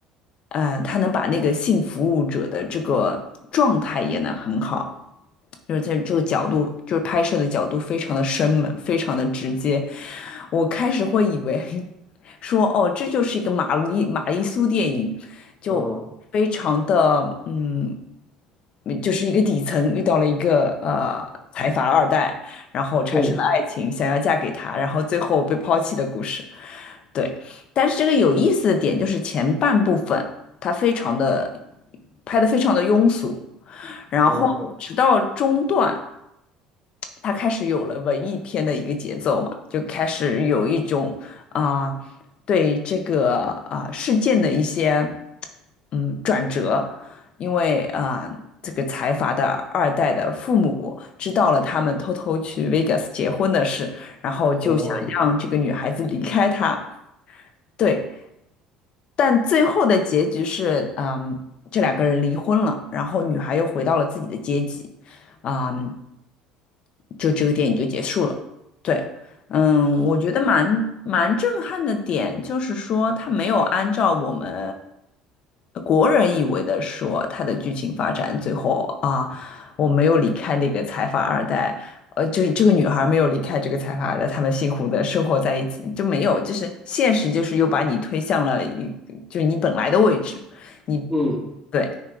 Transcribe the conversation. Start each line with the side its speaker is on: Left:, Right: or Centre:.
Left: 嗯、她能把那个性服务者的这个状态演得很好，就是在这个角度，就是拍摄的角度非常的生猛，非常的直接。我开始会以为 <laughs> 说，哦，这就是一个玛丽玛丽苏电影，就非常的嗯，
Centre: 哦，
Left: 就是一个底层遇到了一个呃财阀二代。然后产生了爱情，
Centre: 嗯，
Left: 想要嫁给他，然后最后被抛弃的故事。对，但是这个有意思的点就是前半部分它非常的拍的非常的庸俗，然后直到中段。
Centre: 哦，
Left: 他开始有了文艺片的一个节奏嘛，就开始有一种啊、对这个啊、事件的一些嗯转折，因为啊、这个财阀的二代的父母知道了他们偷偷去 Vegas 结婚的事，然后就想让这个女孩子离开他，
Centre: 哦，
Left: 对，但最后的结局是嗯。这两个人离婚了，然后女孩又回到了自己的阶级，啊、嗯就这个电影就结束了。对，嗯，我觉得蛮蛮震撼的点就是说，它没有按照我们呃国人以为的说它的剧情发展，最后啊，我没有离开那个财阀二代，呃，就是这个女孩没有离开这个财阀二代，他们幸福的生活在一起，就没有，就是现实就是又把你推向了一，就是你本来的位置，你
Centre: 嗯，
Left: 对，